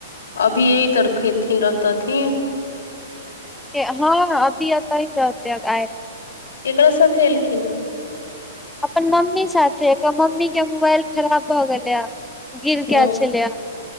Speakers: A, on the left; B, in the centre.
A: अभी यह तर खेथिन रहतथिन
B: हँ अभी एतैन रहतै आए
A: केकरा साथे एलखिन हे
B: अपन मम्मी साथे ऐकर मम्मी के मोबाइल खराब भऽ गेलैया ह गिर
A: ह
B: गेल छलै